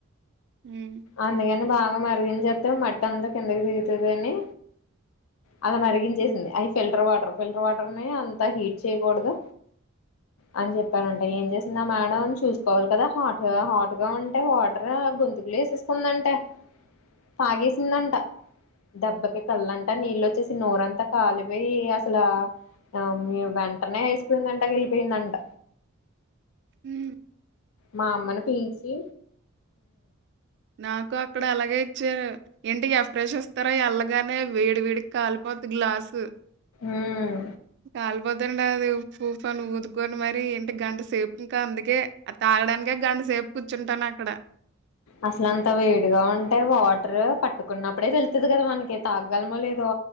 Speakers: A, on the right; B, on the left.
A: హ్మ్
B: అంద్ గని బాగా మరిగించత్త మట్ట అంతా కిందకి తీరుగుతుందిని అలా మరిగించేసింది
A: హ్మ్.
B: అది ఫిల్టర్ వాటర్ ఫిల్టర్ వాటర్ ని అంత హీట్ చేయకూడదు అని చెప్పనంట ఏం చేస్తుందా మేడం చూసుకోవాలి కదా హాట్ హాట్ గా ఉంటే వాటర్ గొంతుకు సేసుకుందంటా పాగేసిందంటా దెబ్బకి కళ్ళంటా నీళ్ళొ వచ్చేసి నోరంతా కాలిపోయి అసలు ఆ మీ వెంటనే ఐస్క్రీమ్ందంట కెలిపోయిందంట
A: హ్మ్మ్
B: మా అమ్మని పీల్చి
A: నాకు అక్కడ అలాగే ఇచ్చారు ఇంటికి ఎ ఫ్రెష్ వస్తారా అల్లగానే వేడి వేడికి కాలిపో పోతి గ్లాసు
B: ఉమ్
A: కాలిపోత్ ఉండాది అది పూఫని ఊదుకొని మరి ఏంటి గంట సేపు ఇకా అందుకే అ తాగడానికే గంట సేపు కూర్చుంటాను అక్కడ
B: అసలు అంత వేడిగా ఉంటే వాటర్ పట్టుకున్నప్పుడే తెలుతుంది కదా మనకి తాగలమో లేదో